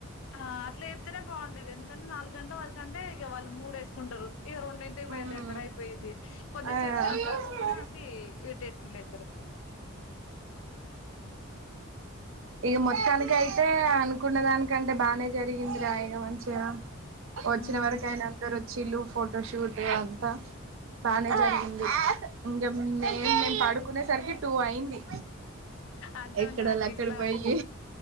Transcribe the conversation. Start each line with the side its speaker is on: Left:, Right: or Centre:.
Left: ఆ అట్లా చెప్తేనే బాగుండేది ఎందుకంటే నాలుగు గంటల వరకుంటే ఇగ వాళ్ళు మూడ వేస్ కుంటారు ఇక రెండింటికి బయలుదేరతారు
Right: ఉమ్
Left: అయిపోయిద్ధి కొద్దిసేపు
Right: ఆ
Left: స్టార్ట్ కాకపోయినా అది ఇరిటేట్ ఫీల్ అయితరు
Right: ఇగ మొత్తానికి అయితే అనుకున్న దానికంటే బానే జరిగిందిరా ఇగ మంచిగా వచ్చిన
Left: హ్మ్.
Right: వరకు అయిన అందరూ చిలు ఫోటోషూట్ అంతా బానే జరిగింది ఇంగ నేం మేమ్ పడు కునేసరికి టూ అయ్యింది
Left: అంతే
Right: ఎక్కడోళ్లు
Left: ఉంటదక్క
Right: అక్కడ
Left: ఇంట్ల
Right: బొయ్యి